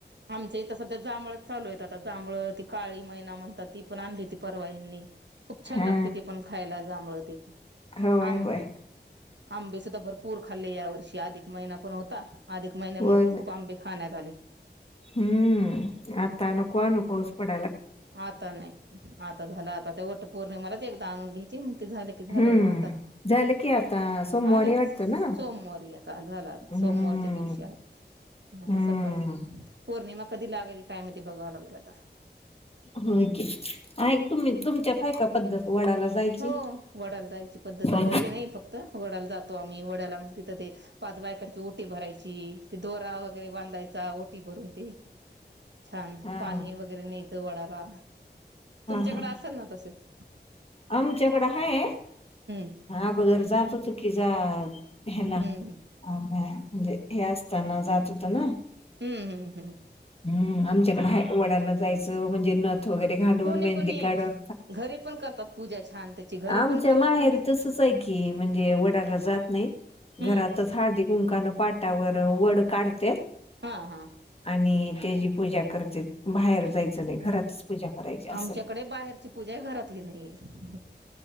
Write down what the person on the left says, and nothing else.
हा
होय
होय
होय
होय
हम्म आता नको आणू पाऊस पड
हम्म
झालं की आता सोमवारी
वाटतं
ना
हम्म
हम्म
होय की. आहे तुम्ही तुमच्यात हाय का पद्धत? वडाला जायची
हा
<inaudible>
हा
हा
आमच्याकडं हाय
अगोदर जात होतो की जा. ह्याला
अम्म अम्म, म्हणजे हे असताना जात होतं ना.
हम्म आमच्याकडे हाय. वडाला जायचं म्हणजे न वगैरे घालून,
मेंदी
काढून
आमच्या
माहेर
तसच <unintelligible> म्हणजे वडला जात नाहीत
घरातच हळदी. कुंकान पाटावर वड काढतेत.
आणि त्याची पूजा करतेत. बाहेर
जायचं नाही, घरातच पूजा करायची असंय.